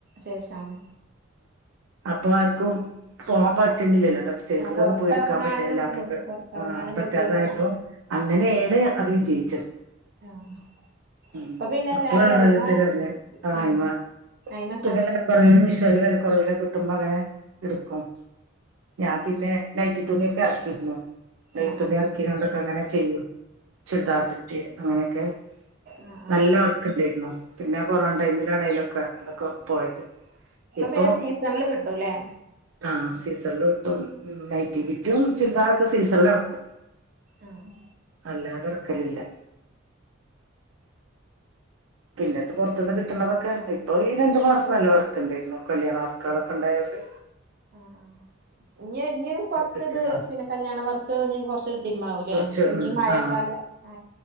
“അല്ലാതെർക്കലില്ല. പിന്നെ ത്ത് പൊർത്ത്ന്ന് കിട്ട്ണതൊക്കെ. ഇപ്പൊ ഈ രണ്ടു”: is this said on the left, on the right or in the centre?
Right